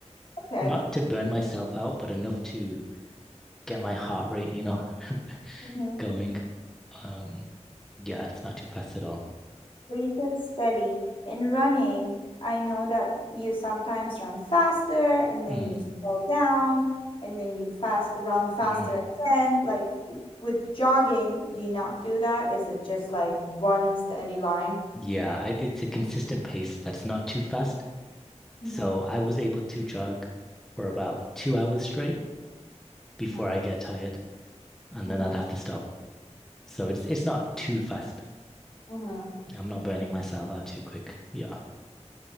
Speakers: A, on the left (about 50°); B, in the centre.
A: okay.
B: not to burn myself out, but enough to get my heart rate, you know, <laughs>
A: Mm-hmm.
B: going. Um, yeah, it's not too fast at all.
A: So you said steady. In running, I know that you sometimes run faster and then
B: Mm,
A: you slow down and then you fast run faster
B: mm.
A: again. Like with jogging, do you not do that? Is it just like one steady line?
B: Yeah, I, it's a consistent pace that's not too fast.
A: Mm-hmm,
B: So I was able to jog for about two hours straight before
A: mm-hmm,
B: I get tired, and
A: mm-hmm,
B: then I'd have to stop. So it's it's not too fast.
A: mm-hmm.
B: I'm not burning myself out too quick. Yeah.